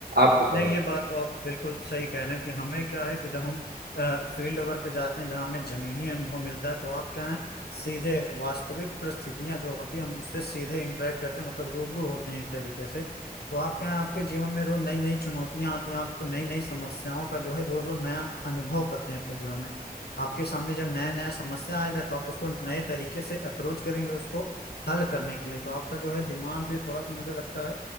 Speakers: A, on the right (about 70°); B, on the left (about 80°).
A: आपको क्या
B: नहीं
A: लगता
B: ये बात तो आप बिल्कुल सही कह रहे हैं कि हमें क्या है कि जब हम फील्ड वर्क जाते हैं जहाँ हमें जमीनी अनुभव मिलता है तो आप क्या है सीधे वास्तविक परिस्थितियां जो होती है हम उससे सीधे इंटरेक्ट करते हैं मतलब रूबरू होते हैं एक तरीके से तो आप क्या है आपके जीवन में रोज नई नई चुनौतियां आती हैं आपको नई नई समस्याओं का जो है रोज रोज नया अनुभव करते हैं अपने जीवन में आपके सामने जब नया नया समस्या आएगा तो आप उसको नए तरीके से अप्रोच करेंगे उसको हल करने के लिए तो आपका जो है दिमाग भी थोड़ा सा मुझे लगता है